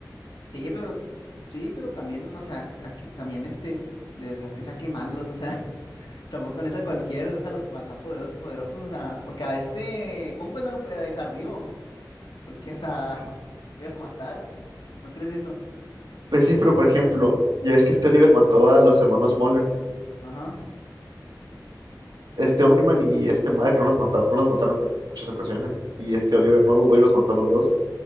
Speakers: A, on the left (about 85°); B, on the right (about 75°).
A: Sí, pero, sí, pero también, o sea, a que- también este es, de, esa- es a quemarlos, o sea, <laughs> tampoco no es a cualquiera, es a los acá poderosos, poderosos, o sea, porque a este Conquest no lo podía dejar vivo, porque, o sea, <laughs> le iba a matar. ¿No crees eso?
B: Pues sí, pero por ejemplo, ya ves que este Oliver mató a los hermanos Muller
A: Ajá.
B: este Omniman y este Mike no los mataron, no los mataron en muchas ocasiones. Y este Oliver no dudó y los mató a los dos.